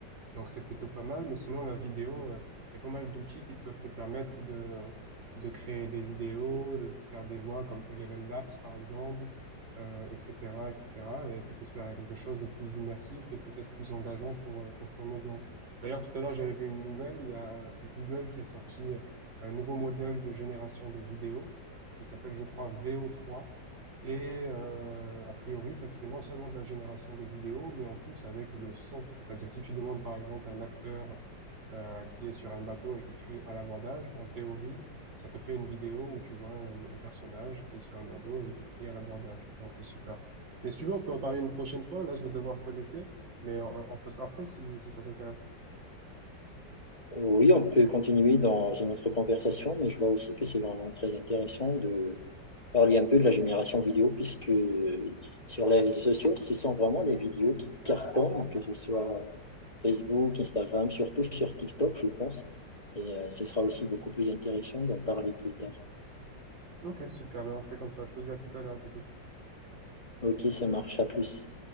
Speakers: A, on the right; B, on the left.
A: Donc c'est plutôt pas mal, mais sinon la vidéo, euh, il y a pas mal d'outils qui te peuvent te permettre de, euh, de créer des vidéos, de faire des voix comme Eleven Labs par exemple, euh, etc., etc. Et cetera. Et ça peut te faire quelque chose de plus immersif et peut-être plus engageant pour, euh, pour ton audience. D'ailleurs, tout à l'heure, j'avais vu une nouvelle, il y a Google qui a sorti euh, un nouveau modèle de génération de vidéos qui s'appelle, je crois, VO3. Et euh, a priori, ça te fait non seulement de la génération de vidéos, mais en plus avec le son. C'est-à-dire si tu demandes par exemple un acteur euh, qui est sur un bateau et qui crie à l'abordage, en théorie, ça te fait une vidéo où tu vois un, un personnage qui est sur un bateau et qui crie à l'abordage. Donc c'est super. Mais si tu veux, on peut en parler une prochaine fois. Là, je vais devoir te laisser, mais on, on peut se rappeler si, si ça t'intéresse.
B: Oui, on peut continuer dans une autre conversation, mais je vois aussi que c'est vraiment très intéressant de parler un peu de la génération vidéo, puisque sur les réseaux sociaux, ce sont vraiment les vidéos qui cartonnent, que ce soit Facebook, Instagram, surtout sur TikTok, je pense. Et euh, ce sera aussi beaucoup plus intéressant d'en parler plus tard.
A: Ok, super. Ben, on fait comme ça. Je te dis à tout à l'heure du coup.
B: Ok, ça marche, à plus.